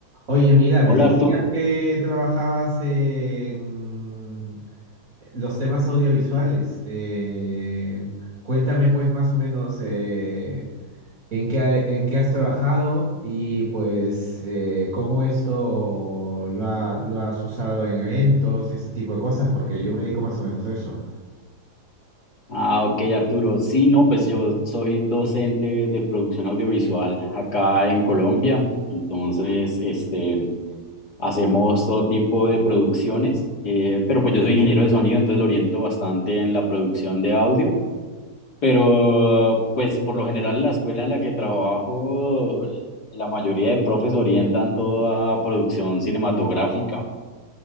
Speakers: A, on the right (about 60°); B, on the left (about 75°).
A: Oye, mira, me
B: Hola
A: decías
B: Arturo.
A: que trabajabas en los temas audiovisuales. Eh, cuéntame pues más o menos eh, en qué, en qué has trabajado y pues eh, cómo esto lo ha- lo has usado en eventos y este tipo de cosas, porque yo me dedico más o menos a eso.
B: Ah, ok, Arturo. Sí, no, pues yo soy docente de producción audiovisual acá en Colombia. Entonces, este, hacemos todo tipo de producciones, eh, pero pues yo soy ingeniero de sonido, entonces lo oriento bastante en la producción de audio. Pero, pues por lo general, la escuela en la que trabajo, la mayoría de profes orientan toda producción cinematográfica.